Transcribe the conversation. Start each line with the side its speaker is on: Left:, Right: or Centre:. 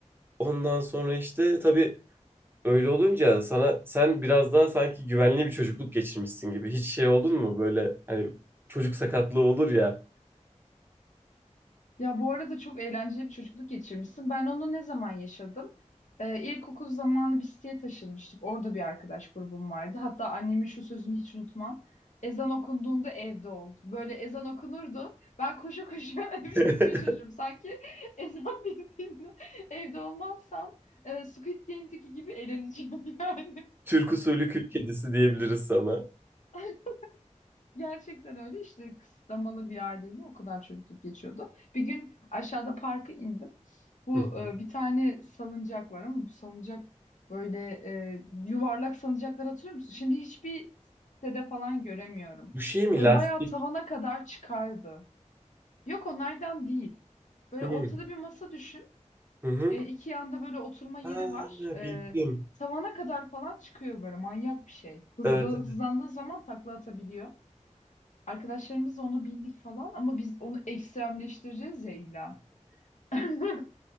Right: Ondan sonra işte tabii Öyle olunca sana sen biraz daha sanki güvenli bir çocukluk geçirmişsin gibi. Hiç şey oldun mu böyle hani çocuk sakatlığı olur ya.
Left: Ya bu arada çok eğlenceli bir çocukluk geçirmişsin. Ben onu ne zaman yaşadım? Ee, ilkokul zamanı bir siteye taşınmıştık. Orada bir arkadaş grubum vardı. Hatta annemin şu sözünü hiç unutmam. Ezan okunduğunda evde ol. Böyle ezan okunurdu. Ben koşa koşa <laughs> eve
Right: <laughs>
Left: gitmeye çalışırım. Sanki <laughs> ezan bittiğinde evde olmazsam e, Squid Game'deki gibi eğleneceğim yani.
Right: Türk usulü kül kedisi diyebiliriz sana.
Left: <laughs> Gerçekten öyle işte kısıtlamalı bir aileyle o kadar çocukluk geçiyordu. Bir gün aşağıda parka indim. Bu
Right: Hı hı.
Left: e, bir tane salıncak var ama bu salıncak böyle e, yuvarlak salıncaklar hatırlıyor musun? Şimdi hiçbir sitede falan göremiyorum.
Right: Bu şey mi
Left: Böyle
Right: lastik?
Left: bayağı tavana kadar çıkardı. Yok onlardan değil. Böyle
Right: Hı hı.
Left: ortada bir masa düşün.
Right: hı.
Left: E, iki yanda böyle oturma yeri
Right: Ha,
Left: var. E,
Right: bildim.
Left: tavana kadar falan çıkıyor böyle manyak bir şey. Hızlı
Right: Evet.
Left: hızlandığın zaman takla atabiliyor. Arkadaşlarımızla onu bindik falan ama biz onu ekstremleştireceğiz ya illa. <laughs>